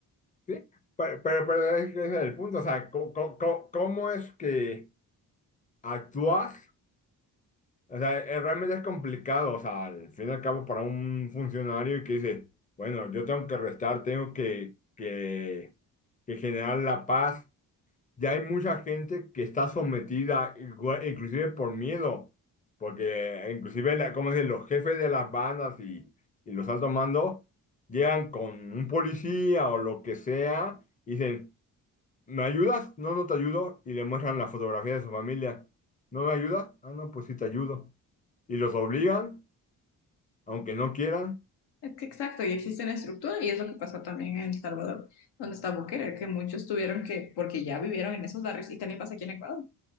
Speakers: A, on the left; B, on the left.
A: Sí, pero, pero, pero es que ese es el punto, o sea, ¿cómo, cómo- cómo- cómo es que actúas? O sea, eh, realmente es complicado, o sea, al fin y al cabo para un funcionario que dice, bueno, yo tengo que restar, tengo que, que, que generar la paz. Ya hay mucha gente que está sometida, igual- inclusive por miedo, porque eh, inclusive, la- como dicen, los jefes de las bandas y, y los altos mandos llegan con un policía o lo que sea. y Dicen, ¿Me ayudas? No, no te ayudo. Y le muestran la fotografía de su familia. ¿No me ayudas? Ah, no, pues sí te ayudo. Y los obligan, aunque no quieran.
B: Es que Exacto, y existe una estructura, y es lo que pasó también en El Salvador, donde está Bukele, que muchos tuvieron que, porque ya vivieron en esos barrios, y también pasa aquí en Ecuador